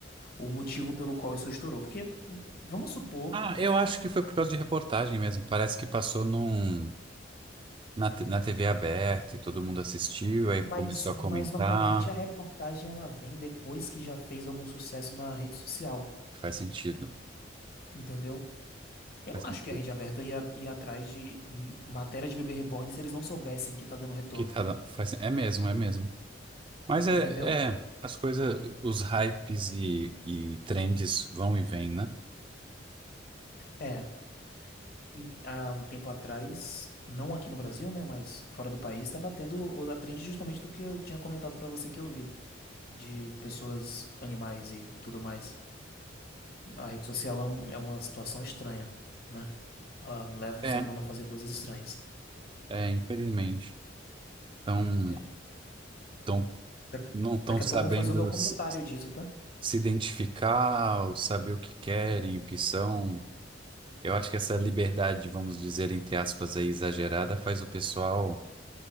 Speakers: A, on the left (about 50°); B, on the right (about 25°).
A: o motivo pelo qual isso estourou. Porque m- vamos supor,
B: Ah, eu acho que foi por causa de reportagem mesmo. Parece que passou num, na, te- na TV aberta e todo mundo assistiu, aí
A: mas,
B: começou a
A: mas
B: comentar.
A: normalmente a reportagem ela vem depois que já fez algum sucesso na rede social,
B: Faz sentido.
A: entendeu? Eu
B: Faz
A: não acho
B: sentido.
A: que a rede aberta ia, ia atrás de hum, matéria de bebê reborn se eles não soubessem que tá dando retorno,
B: Que tá, da- faz, é mesmo, é mesmo. Mas
A: entendeu?
B: é, é, as coisas, os hypes e, e trends vão e vêm, né?
A: É. em- Há um tempo atrás, não aqui no Brasil, né, mas fora do país, estava tendo o- a trend justamente do que eu tinha comentado para você que eu vi de pessoas, animais e tudo mais. A rede social é, um- é uma situação estranha, né? Ela leva
B: É,
A: o ser humano a fazer coisas estranhas.
B: é, infelizmente. Então,
A: É.
B: tão,
A: Da-
B: não estão
A: Daqui
B: sabendo
A: a pouco vamos fazer um documentário
B: se,
A: disso, tá?
B: se identificar, ou saber o que querem, o que são. Eu acho que essa liberdade, vamos dizer, entre aspas, aí, exagerada, faz o pessoal